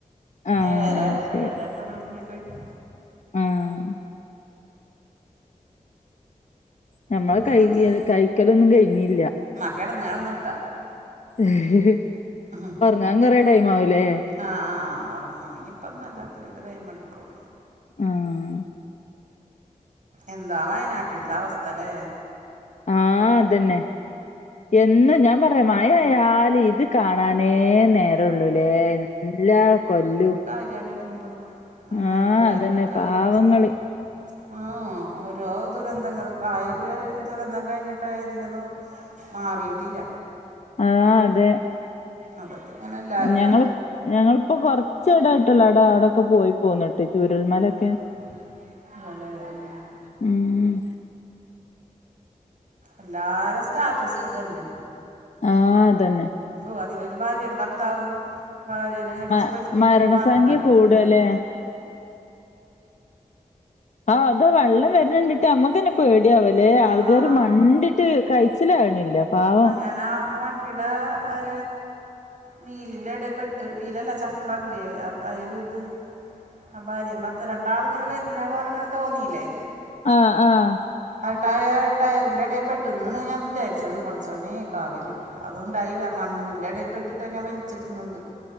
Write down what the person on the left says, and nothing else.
ആഹ്
ശരി
ആഹ് ഞമ്മളെ
കഴികല് കഴിക്കലൊന്നും കഴിഞ്ഞില്ല.
ഏഹ് ഹി ഹെ
ങ്ങാൻ കുറേ ടൈംമാവൂലേ?
ആഹ്
ആ അതന്നെ. എന്ന് ഞാൻ പറയാ മാഴ ആയാല് ഇത് കാണാനേ നേരം രള്ളൂല്ലേ എല്ലാ കൊല്ലും
ആഹ് അതന്നെ പാവങ്ങള്
ആഹ് അതെ
ഞങ്ങള് ഞങ്ങളിപ്പോ കൊറച്ച്ടായിട്ടുള്ളൂ അവിടെ അവിടെക്കെ പോയി പോന്നിട്ട് ട്ട് ചൂരൽ മലൊക്കെ
ഉും
ആഹ് ഇതന്നെ
മ
മരണസംഖ്യ
കൂടല്ലേ
ആഹ് അത് വെള്ളം വരണണ്ടിട്ട് മ്മക്കെ പേടിയാവല്ലേ ആൾക്കാർ
മണ്ടിട്ട് കഴിച്ചിലാണില്ല പാവം
ആഹ് ആഹ്